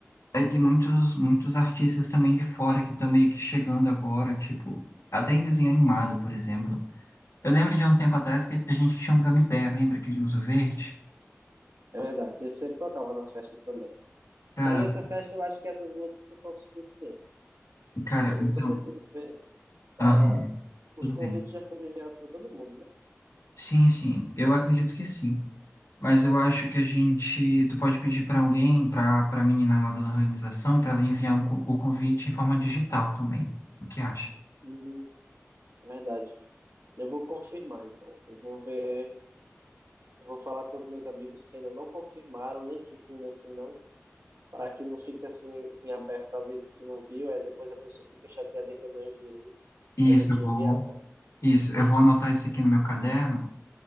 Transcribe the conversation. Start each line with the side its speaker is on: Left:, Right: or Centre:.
Left: Aí tem muitos, muitos artistas também de fora que estão meio que chegando agora, tipo, até em desenho animado, por exemplo. Eu lembro de um tempo atrás que a gente tinha um Gummy Bear, lembra aquele urso verde?
Right: É verdade, eu sempre tocava nas festas também.
Left: Cara,
Right: Mas essa festa eu acho que essas músicas são suficientes.
Left: cara,
Right: A gente
Left: então.
Right: só precisa ver.
Left: aham.
Right: ah, os
Left: Tudo
Right: convites
Left: bem.
Right: já foram enviados para todo mundo, né?
Left: Sim, sim, eu acredito que sim. Mas eu acho que a gente, tu pode pedir para alguém, para para a menina lá da organização, para ela enviar um co- o convite em forma digital também. O que acha?
Right: Hum, é verdade. Eu vou confirmar, então. Eu vou ver. Eu vou falar com os meus amigos que ainda não confirmaram, nem que sim, nem que não, para que não fique assim em aberto, talvez que não viu, aí depois a pessoa fica chateada que eu não enviei,
Left: Isso,
Right: mas eu tinha
Left: eu vou,
Right: enviado, sabe?
Left: isso, eu vou anotar isso aqui no meu caderno.